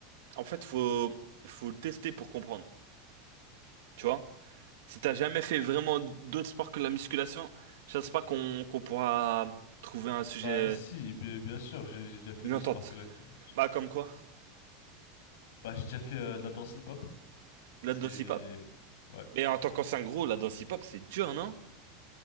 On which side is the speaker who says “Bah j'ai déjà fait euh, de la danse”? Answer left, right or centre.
Left